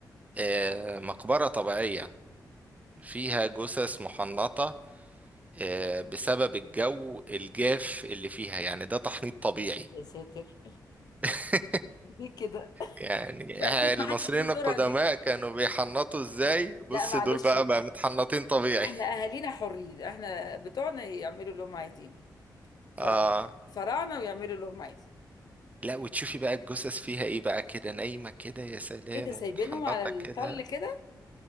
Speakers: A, on the right; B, on the left.
A: آه، مقبرة طبيعية فيها جثث محنطة آه، بسبب الجو الجاف اللي فيها يعني ده تحنيط طبيعي
B: يا ساتر
A: <laughs>
B: ليه كده
A: يعني
B: واكيد
A: المصريين
B: ما حدش بيزورها
A: القدماء
B: دي
A: كانوا بيحنطوا ازاي بص
B: لا معلش
A: دول بقى بقى متحنطين طبيعي
B: احنا اهالينا حرين احنا بتوعنا يعملوا اللي هم عايزين
A: <laughs>
B: فرعنا
A: اه
B: فرعنا ويعملوا اللي هم عايزين
A: لا وتشوفي بقى الجثث فيها ايه بقى كده نايمة كده يا سلام
B: ايه ده سايبينهم
A: ومتحنطة
B: على الطل
A: كده
B: كده